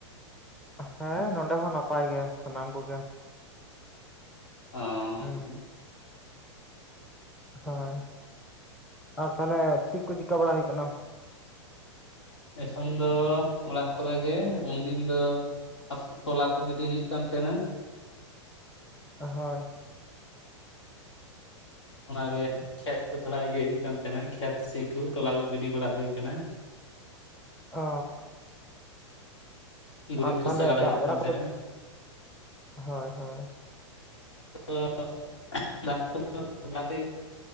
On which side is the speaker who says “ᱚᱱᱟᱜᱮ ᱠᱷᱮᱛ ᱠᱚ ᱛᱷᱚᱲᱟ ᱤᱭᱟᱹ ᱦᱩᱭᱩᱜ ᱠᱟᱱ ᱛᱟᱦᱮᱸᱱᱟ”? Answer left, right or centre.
Left